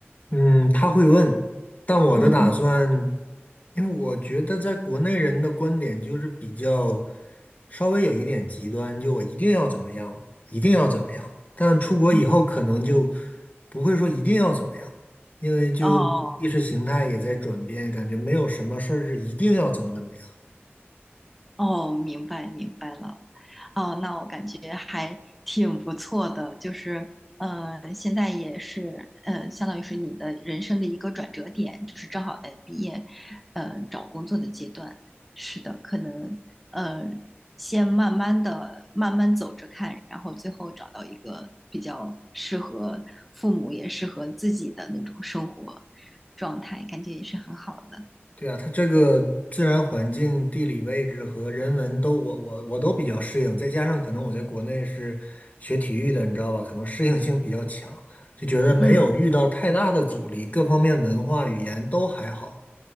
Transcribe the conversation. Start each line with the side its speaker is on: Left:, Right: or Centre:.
Left: 嗯，他会问，但我的打算，
Centre: 嗯，
Left: 因为我觉得在国内人的观点就是比较稍微有一点极端，就我一定要怎么样，一定要怎么样。但出国以后可能就
Centre: 嗯
Left: 不会说一定要怎么样，因为就意识形态也在转变，
Centre: 哦
Left: 感觉没有什么事儿是一定要怎么怎么样。
Centre: 哦，明白明白了。哦，那我感觉还挺不错的，就是，呃，现在也是，呃，相当于是你的人生的一个转折点，就是正好在毕业，呃，找工作的阶段。是的，可能，呃，先慢慢的、慢慢走着看，然后最后找到一个比较适合父母也适合自己的那种生活状态，感觉也是很好的。
Left: 对啊，它这个自然环境、地理位置和人文都我我我都比较适应，再加上可能我在国内是学体育的，你知道吧？可能适应性比较强，就觉得没有遇到太大的阻力，
Centre: 嗯。
Left: 各方面文化语言都还好，